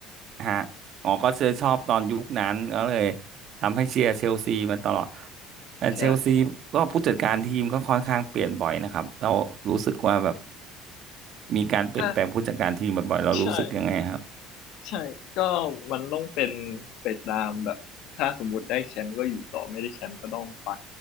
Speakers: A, on the right (about 55°); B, on the left (about 65°).
A: ฮะอ๋อก็เชื่อชอบตอนยุคนั้นก็เลยทำให้เชียร์เชลซีมาตลอดแต่เชลซีก็ผู้จัดการทีมก็ค่อนข้างเปลี่ยนบ่อยนะครับเรารู้สึกว่าแบบ
B: ใช่
A: มีการเปลี่ยนแปลงผู้จัดการทีมบ่อยๆเรารู้สึกยังไงคร
B: ถ้าใช่ใช่ก็มันต้องเป็นไปตามแบบถ้าสมมติได้แชมป์ก็อยู่ต่อไม่ได้แชมป์ก็ต้องไป